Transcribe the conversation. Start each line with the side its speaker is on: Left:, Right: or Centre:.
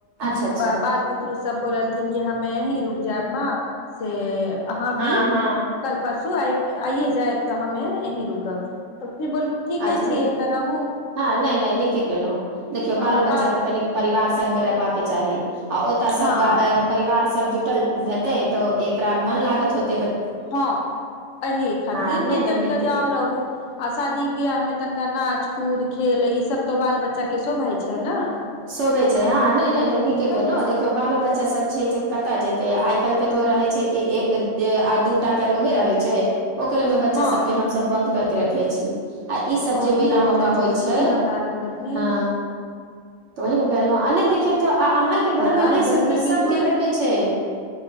Right: अच्छा अच्छा
Left: <unintelligible> बाल बुतरू सब बोलल। कि हमे ह। <unintelligible> रुब जाब से। <unintelligible> अहाँ भी
Right: हँ हँ
Left: <unintelligible> कल परसो। सु आब आइए जायब तऽ हमे अीं रुकब। <unintelligible> ठीके
Right: अच्छा न-
Left: छियै तऽ रहू
Right: हँ नई- नई नीके केलहुँ देखियौ
Left: हँ
Right: बालो बच्चाे
Left: बाल
Right: कनि परिवार सगमे रहबाक। के चाही। <unintelligible> आ ओतय सब
Left: हँ
Right: -परिवार सब। जुटल हेतै तऽ एकरा मन लागत होते।
Left: हँ <unintelligible> एहि खातिर
Right: हँ नहि
Left: किचन
Right: नहि नीक
Left: के
Right: केलहुँ
Left: जाउ रहू आ शादी बियाह मे। तनिका नाच कूद खेल ई सब तो बाल बच्चा के शोभय छै ने। <unintelligible>
Right: शोभे छै हँ नहि नहि नहि नीके
Left: तऽ
Right: केलहुँ देखियौ बालो बच्चा सब छै कतय जेतै आइ काल्हि के तो रहै छै कि एक आ दू टा के रूमे रहै छै। <unintelligible> ओकरे में बच्चा
Left: हँ
Right: सब के हम सब बंद करके। रखियइ छी। <unintelligible> आ ईसभ
Left: ओही
Right: जे बेला
Left: ने हो
Right: मौका
Left: जाइ
Right: होइ
Left: सखी
Right: छै
Left: हमरा
Right: <unintelligible>
Left: आर घर मे
Right: हँ। तऽ ओही ने कहलहुँ आ नहि -देखियौ तऽ अहींके
Left: हमरा
Right: घरमे नहि
Left: आर घर
Right: सखी
Left: मे
Right: सभके
Left: भी दुए
Right: घरमे छै।